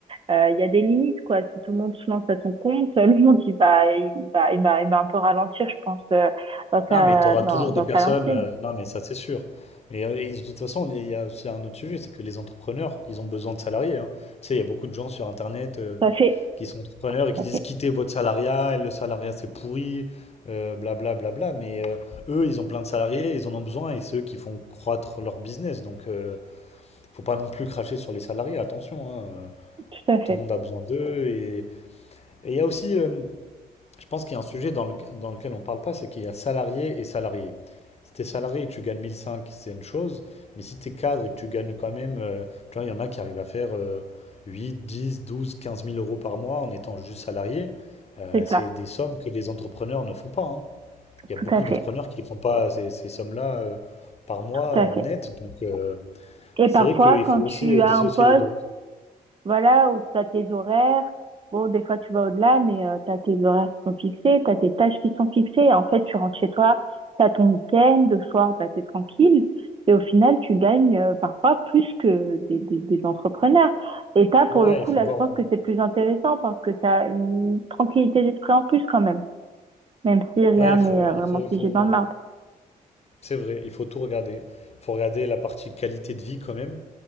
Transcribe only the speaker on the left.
Non, mais tu auras
toujours
des personnes.
euh, non, mais ça, c'est sûr. Mais euh, et de toute façon, il y a aussi un autre sujet, c'est que les entrepreneurs, ils ont besoin de salariés. hein. Tu sais, il y a beaucoup de gens sur Internet euh,
qui sont entrepreneurs
et qui
disent
quittez votre salariat, le salariat, c'est pourri, euh, blablabla. bla, bla, bla. Mais euh, eux, ils ont plein de salariés, ils en ont besoin et c'est eux qui font croître leur business. Donc, euh, faut pas non plus cracher sur les salariés, attention. hein. Euh,
Tout le monde a besoin d'eux. Et et il y a aussi. euh, Je pense qu'il y a un sujet dans, le- dans lequel on ne parle pas, c'est qu'il y a salarié et salarié. Si tu salarié et tu gagnes 1005, c'est une chose, mais si t'es cadre et que tu gagnes quand même, euh, tu vois, il y en a qui arrivent à faire euh, 8, 10, 12, 15 000 euros par mois en étant juste salarié. Euh,
c'est
des sommes que les entrepreneurs ne font pas. hein. Il y a beaucoup
d'entrepreneurs qui ne font pas ces, ces sommes-là euh, par mois
en
net, donc euh,
c'est
vrai qu'il
faut aussi
euh,
dissocier
les deux.
Ouais,
il faut
voir.
Ouais, il
faut,
il faut, il
faut,
C'est vrai, il faut tout regarder. Il faut regarder la partie qualité de vie quand même.